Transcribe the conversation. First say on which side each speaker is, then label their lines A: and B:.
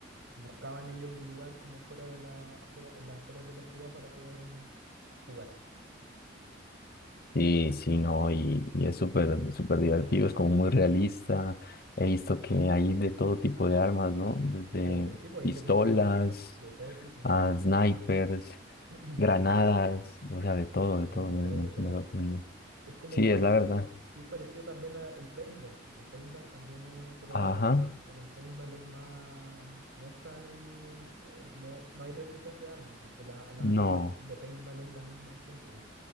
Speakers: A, on the right (about 85°); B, on the left (about 50°).
A: buscaban ellos un lugar como fuera de la, afuera, en las afueras de la ciudad para poder jugar.
B: Y sí, no, y, y es súper, súper divertido, es como muy realista. He visto que hay de todo tipo de armas, ¿no? Desde
A: Hay, re- sí, pues
B: pistolas
A: hay réplicas de todo tipo.
B: a snipers,
A: <clears throat>
B: granadas,
A: Sí,
B: o sea, de todo, de todo,
A: hay de
B: me,
A: todo,
B: me,
A: de todo.
B: me sorprendió.
A: Es como
B: Sí,
A: pare...
B: es la verdad.
A: Sí, es parecido también al paintball. El paintball también es, pero,
B: Ajá,
A: pero el paintball es más, no es tan, eh, no, es- no hay réplicas de armas, porque la- las
B: no.
A: armas de, de paintball es la misma siempre.